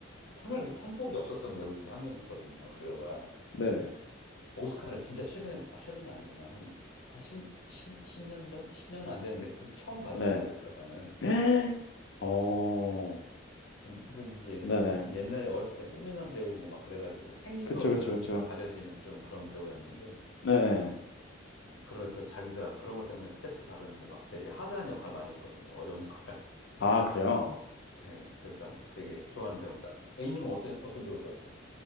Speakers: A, on the left; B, on the left.
A: 상을, 뭐, 상복이 없었던 배우 중에 한 명이었거든요. 그 배우가.
B: 네네.
A: 오스카를 진짜 최근에, 아, 최근은 아니구나. 한, 한 10, 십십 년 전? 10년은 안 되는데, 그 처음 받았어요,
B: 네.
A: 오스카상을.
B: <gasps> 어.
A: 음, 근데 이제,
B: 네네.
A: 아무튼 옛날에 어렸을 땐 꽃미남 배우고 막 그래가지고 생긴
B: 그쵸,
A: 걸로
B: 그쵸,
A: 연기가
B: 그쵸.
A: 가려지는 좀 그런 배우였는데,
B: 네네.
A: 그래서 자기가 그런 것 때문에 스트레스를 받은지 막 되게 하드한 역할 많이 했거든요. 어려운 역할.
B: 아, 그래요?
A: <laughs> 네, 그래서 되게 좋아하는 배우입니다. A님은 어떤, 어떤 배우 좋아하세요?